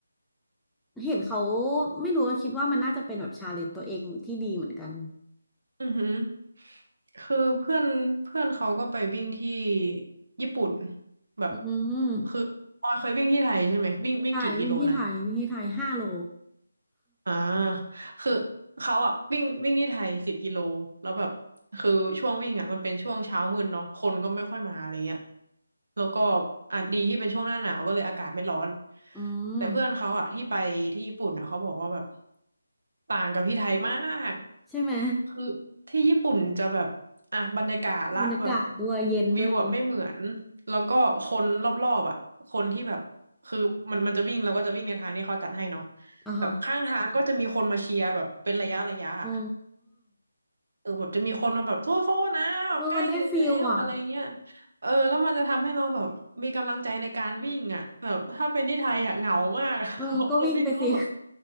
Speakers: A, in the centre; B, on the right (about 50°).
A: เห็นเขาไม่รู้ว่าคิดว่ามันน่าจะเป็นแบบชาเลนจ์ตัวเองที่ดีเหมือนกัน
B: อือหือคือเพื่อนเพื่อนเขาก็ไปวิ่งที่ญี่ปุ่นแบบ
A: อืม
B: คือออยเคยวิ่งที่ไทยใช่ไหม วิ่งวิ่งกี่กิโลนะ
A: ใช่วิ่งที่ไทยวิ่งที่ไทยห้าโล
B: อ่าคือเขาอ่ะวิ่งวิ่งที่ไทยสิบกิโลแล้วแบบคือช่วงวิ่งอ่ะมันเป็นช่วงเช้ามืดเนาะคนก็ไม่ค่อยมาอะไรเงี้ยแล้วก็อ่ะดีที่เป็นช่วงหน้าหนาวก็เลยอากาศไม่ร้อน
A: อืม
B: แต่เพื่อนเขาอ่ะที่ไปที่ญี่ปุ่นอ่ะเขาบอกว่าแบบต่างกับที่ไทยมาก
A: ใช่ไหม
B: คือที่ญี่ปุ่นจะแบบอ่ะบรรยากาศละแบบ
A: บรรยากาศด้วยเย็นด้วยเนาะ
B: วิวแบบไม่เหมือนแล้วก็คนรอบๆอ่ะคนที่แบบคือมันมันจะวิ่งเราก็จะวิ่งในทางที่เขาจัดให้เนาะ
A: อ่าฮะ
B: แบบข้างทางก็จะมีคนมาเชียร์แบบเป็นระยะระยะอะ
A: อ๋อ
B: เออแบบจะมีคนมาแบบโทษโทษนะแบบใกล้ถึงแล้วอะไรเงี้ย
A: เออมันได้ฟิลอ่ะ
B: เออแล้วมันจะทำให้เราแบบมีกำลังใจในการวิ่งอ่ะแบบถ้าเป็นที่ไทยอ่ะเหงามากอะ <laughs>
A: เออก็วิ่งไปสิ
B: เราเราวิ่งแล้วก็แบบ